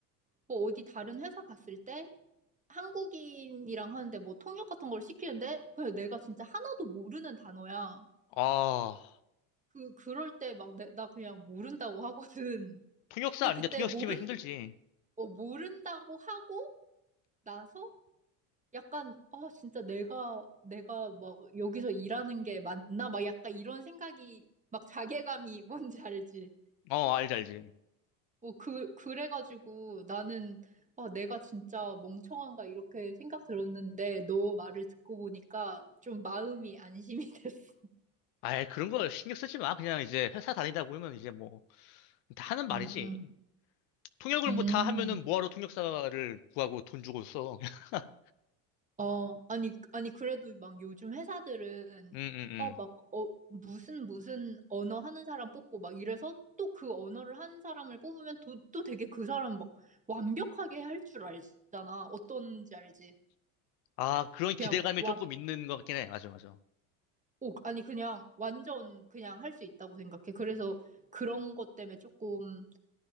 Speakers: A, on the right; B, on the left.
A: 뭐 어디 다른 회사 갔을 때 한국인이랑 하는데 뭐 통역 같은 걸 시키는데, 그냥 내가 진짜 하나도 모르는 단어야.
B: 아,
A: 그, 그럴 때 막 내, 나 그냥 모른다고 하거든.
B: 통역사
A: 근데
B: 아닌데
A: 그때
B: 통역시키면
A: 모른,
B: 힘들지.
A: 어, 모른다고 하고 나서 약간 아 진짜 내가 내가 막 여기서 일하는 게 맞나 막 약간 이런 생각이 막 자괴감이 <laughs> 뭔지 알지?
B: 어, 알지, 알지.
A: 뭐 그 그래가지고 나는 아 내가 진짜 멍청한가 이렇게 생각 들었는데 너 말을 듣고 보니까 좀 마음이 안심이 <laughs> 됐어.
B: 아이, 그런 거 신경 쓰지 마. 그냥 이제 회사 다니다 보면 이제 뭐, 다 하는 말이지.
A: 음,
B: 통역을
A: 음.
B: 뭐 다 하면은 뭐하러 통역사를 구하고 돈 주고 써. <laughs>
A: 어, 아니, 아니, 그래도 막 요즘 회사들은,
B: 음, 음, 음.
A: 어, 막, 어, 무슨, 무슨 언어 하는 사람 뽑고 막 이래서 또 그 언어를 한 사람을 뽑으면 또, 또 되게 그 사람 막 완벽하게 할 줄 알잖아. 어떤지 알지?
B: 아, 그런 기대감이
A: 그냥 완,
B: 조금 있는 것 같긴 해. 맞아, 맞아.
A: 오, 아니, 그냥 완전 그냥 할 수 있다고 생각해. 그래서 그런 것 때문에 조금,